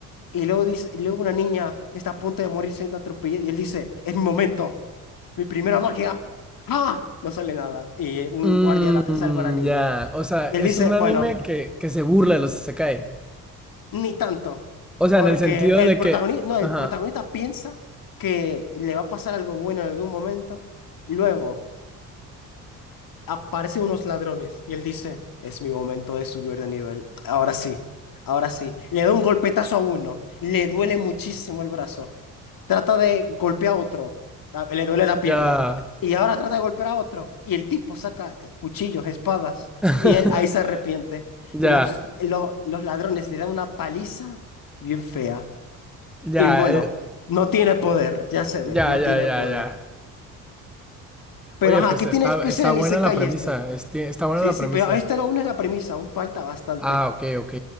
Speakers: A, on the left; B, in the centre.
A: Y luego dice, y luego una niña está a punto de morir siendo atropellada. Y él dice, es mi momento. Mi primera magia. ¡Ah! No sale nada. Y eh, un
B: Mmm,
A: guardia la- salva a la niña.
B: ya. O sea,
A: Y él
B: es
A: dice,
B: un
A: bueno.
B: anime que, que se burla de los isekai.
A: Ni tanto,
B: O sea,
A: porque
B: en el sentido
A: el
B: de
A: protagonista,
B: que,
A: no, el
B: ajá,
A: protagonista piensa que le va a pasar algo bueno en algún momento, y luego aparecen unos ladrones y él dice, es mi momento de subir de nivel. Ahora sí, ahora sí. Le da un golpetazo a uno, le duele muchísimo el brazo. Trata de golpear a otro, ah, le duele la pierna.
B: ya,
A: Y ahora trata de golpear a otro. Y el tipo saca cuchillos, espadas.
B: <laughs>
A: Y él ahí se arrepiente.
B: ya,
A: Los, lo- los ladrones le dan una paliza bien fea.
B: ya,
A: Y bueno,
B: eh,
A: no tiene poder, ya se ve,
B: ya,
A: no
B: ya,
A: tiene
B: ya,
A: poder.
B: ya.
A: Pero
B: Oye,
A: ajá,
B: pues
A: ¿qué
B: está,
A: tiene especial
B: está
A: el
B: buena
A: Isekai
B: la premisa,
A: este?
B: este- está buena
A: Sí,
B: la
A: sí,
B: premisa.
A: pero esta aún es la premisa, aún falta bastante.
B: Ah, ok, ok.